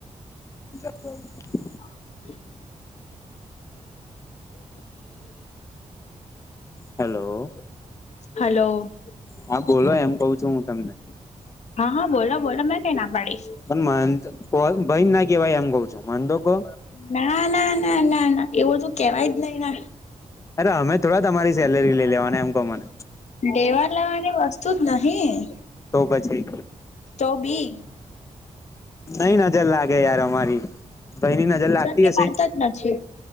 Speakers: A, on the left; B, on the left.
A: <unintelligible>
B: <inaudible>
A: હલો
B: હલો
A: હા બોલો એમ કહું છું હું તમને.
B: હા હા બોલો બોલો મેં ક્યાં ના પાડી.
A: પણ મન કો ભઈને ના કહેવાય એમ કઉ છું મને તો કો.
B: ના ના ના ના ના એવું તો કહેવાય જ નહીં ને.
A: અરે અમે થોડા તમારી સેલેરી લઈ લેવાના એમ કો મને.
B: દેવા લેવાની વસ્તુ જ નહિં.
A: તો પછી
B: તોબી
A: નઈ નજર લાગે યાર અમારી. ભાઈની નજર લાગતી
B: ની
A: હશે?
B: વાત જ નથી